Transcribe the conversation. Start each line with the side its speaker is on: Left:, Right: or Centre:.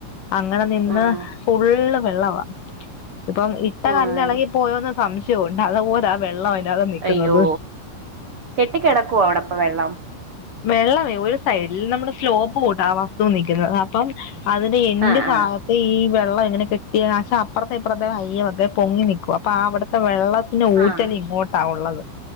Left: അങ്ങനെ നിന്ന്
Right: ഉം
Left: ഫുള്ള് വെള്ളവാ ഇപ്പം ഇട്ട
Right: ഉം
Left: കല്ല് എളകി പോയന്ന് സംശയവുണ്ട് അതുപോലെ വെള്ളം അതിനകത്ത് നിക്കുന്നത്
Right: അയ്യോ കെട്ടിക്കിടക്കുവാണോ അവിടെ ഇപ്പൊ വെള്ളം
Left: വെള്ളമേ ഒരു സൈഡിൽ നമ്മുടെ സ്ലോപ്പ് കൂട്ടാ ആ വസ്തു നിക്കുന്നത് അപ്പം അതിന്റെ എന്റ്
Right: ആഹ്
Left: ഭാഗത്ത്
Right: ആഹ്
Left: ഈ വെള്ളം ഇങ്ങനെ കെട്ടി ആചാ അപ്പ്രത്തെ ഇപ്പ്രത്തെ ഹയ്യ് <unintelligible> പൊങ്ങി നിക്കുവാ അപ്പം ആ അവിടുത്തെ വെള്ളം പിന്നെ ഊറ്റല്
Right: ആഹ്
Left: ഇങ്ങോട്ടാ ഉള്ളത്